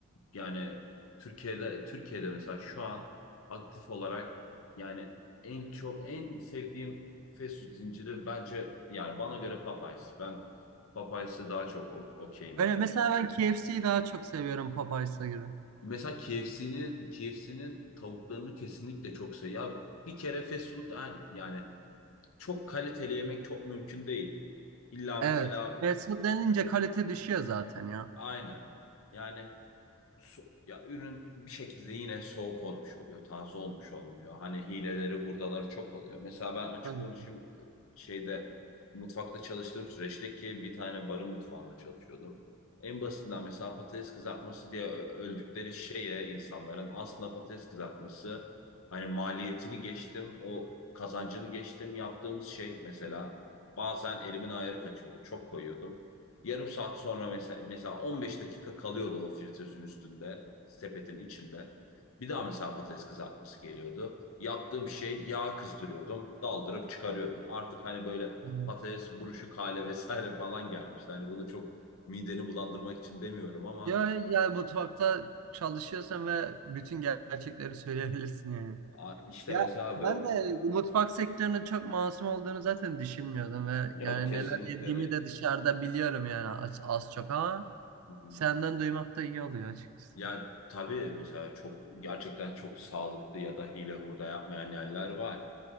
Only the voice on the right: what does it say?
Öyle
mesela ben KFC'yi daha çok seviyorum Popeyes'a göre.
Evet.
Fast food denince kalite düşüyor zaten ya.
Tabii.
Evet.
Ya ya mutfakta çalışıyorsan ve bütün gerçekleri söyleyebilirsin yani.
Ya
ben
de mutfak sektörünün çok masum olduğunu zaten düşünmüyordum ve
yani
neler yediğimi
de dışarıda biliyorum yani az, az çok ama
senden duymak da iyi oluyor açıkçası.